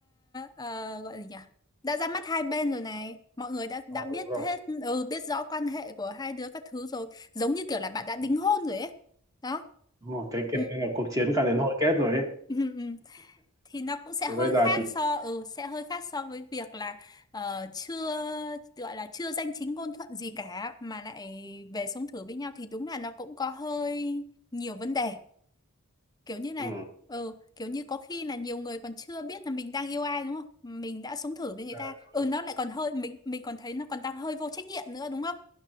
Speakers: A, on the left; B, on the right.
A: ờ, gọi gì nhỉ đã ra mắt hai bên rồi này mọi người đã đã
B: rồi,
A: biết
B: đúng rồi
A: hết ừ, biết rõ quan hệ của hai đứa các thứ rồi giống như kiểu là bạn đã đính
B: Ừ,
A: hôn rồi ấy đó
B: đúng rồi cái kiểu
A: ừ.
B: như là cuộc chiến càng đến hồi kết rồi ấy
A: <laughs> ừ, ừ. thì nó cũng sẽ
B: thì
A: hơi
B: bây giờ
A: khác
B: chỉ
A: so ừ sẽ hơi khác so với việc là ờ, chưa gọi là chưa danh chính ngôn thuận gì cả mà lại về sống thử với nhau thì đúng là nó cũng có hơi nhiều vấn đề kiểu như là
B: ừ.
A: ừ kiểu như có khi là nhiều người còn chưa biết là mình đang yêu ai đúng không mình đã sống thử với người
B: Ừ,
A: ta
B: đúng
A: ừ
B: rồi.
A: nó lại còn hơi mình mình còn thấy nó còn đang hơi vô trách nhiệm nữa đúng không